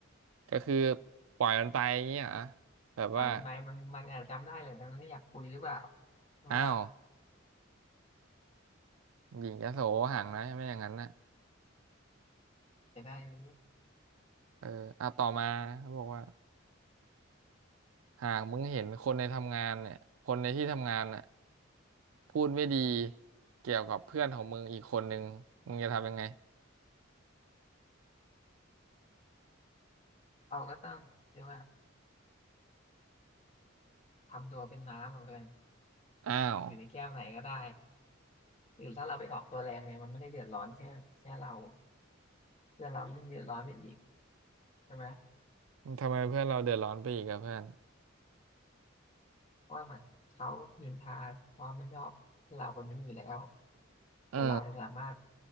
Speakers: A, on the right; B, on the left.
A: ก็คือปล่อยมันไปอย่างเงี้ยเหรอแบบว่า
B: ปล่อยมันไปมันมันอาจจำได้เลยแต่มันไม่อยากคุยหรือเปล่าใช่ไหมล่ะ
A: อ้าวหญิงยโสห่างนะใช่ไหมอย่างนั้นนะ
B: แต่ได้รู้
A: เอออ่ะต่อมาเขาบอกว่าหากมึงเห็นคนในทำงานเนี่ยคนในที่ทำงานน่ะพูดไม่ดีเกี่ยวกับเพื่อนของมึงอีกคนนึงมึงจะทำยังไง
B: เราก็ต้องเรียกว่าทำตัวเป็นน้ำอะเพื่อน
A: อ้าว
B: อยู่ในแก้วไหนก็ได้หรือถ้าเราไปออกตัวแรงเนี่ยมันไม่ได้เดือดร้อนแค่แค่เราเพื่อนเรายิ่งเดือดร้อนไปอีกใช่ไหม
A: ทำไมเพื่อนเราเดือดร้อนไปอีกอะเพื่อน
B: เพราะว่ามันเขานินทาความไม่ชอบเราคนนี้อยู่แล้วแต่เราเนี่ยสามารถ
A: เออ